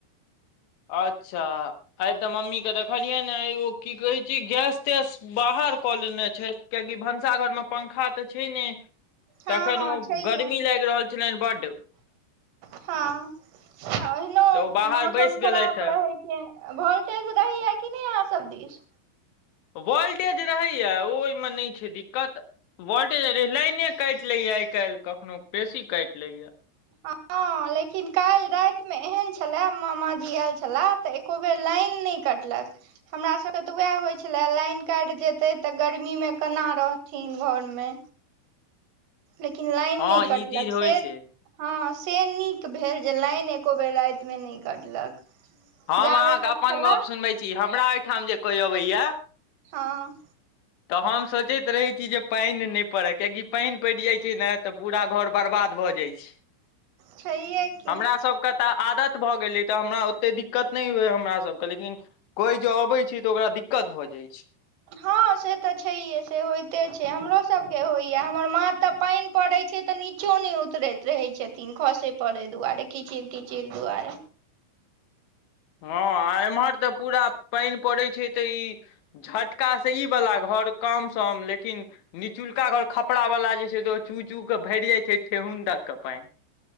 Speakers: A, on the left; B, on the right.
A: अच्छा। आइ तऽ मम्मी केँ देखलियनि हेन ओ की कहैत छै गैस-तैस बाहर- बाहर कऽ लेने छथि, किएकि भनसाघरमे पंखा तऽ छै नहि।
B: हँ
A: तखनि
B: हँ
A: ओ
B: छैहे
A: गर्मी लागि रहल छलनि बड्ड।
B: हँ, आ ओहिनो
A: ओ बाहर
B: मौसम-
A: बैस
B: खराप
A: गेलथि हे
B: रहैत छै, आ भोल्टेज रहैए कि नहि अहाँसभ दिश?
A: वोल्टेज रहैए, ओहिमे नहि छै दिक्कत। वोल् <unintelligible> लाइने काटि लैए आइ-काल्हि, कखनो बेसी काटि लैए।
B: हँ। हँ, लेकिन काल्हि रातिमे एहन छलए, मामाजी आएल छलाह, तऽ एक्को बेर लाइन नहि कटलक। हमरा सबके त वैह होइ छले लाइन काटि देतै त गर्मी मे केना रहथिन घर नै, लेकिन लाइन
A: हँ
B: नै कटलक
A: ई चीज होइ
B: से
A: छै
B: हँ से नीक भेल जे लाइन एको बेर राति मे नै कटलक।
A: हम
B: जाबे
A: अहाँके
B: तक
A: अपन
B: छलए
A: गप सुनबै छी हमरा एहिठाम जे कोई अबैये
B: हँ।
A: त हम सोचैत रहै छी जे पानि नहि पड़य कियाकि पानि पड़ि जाय छै ने त पूरा घर बर्बाद भ प जाइ छै।
B: छैहे की
A: हमरा सभके त आदत भ गेलै त हमरा ओतेक दिकत नहि होइये हमरा सबके लेकिन कोइ जँ अबै छै त ओकरा दिकत भ जाइ छै।
B: हँ से त छैये से होइते छै, हमरो सब के होइये हमर मा त पानि पड़ै छै त नीचो नै उतरै रहै छथिन खसै पड़ै दुआारे मारे कीचिर कीचिर दुआरे।
A: हँ आ एमहर त पूरा पानि पड़ैत छै त ई झटका से ई वला घर कम सम लेकिन निचुलका घर खपड़ा वला जे छै चू चू के भरि जाय छै ठेहुन तक। के पानि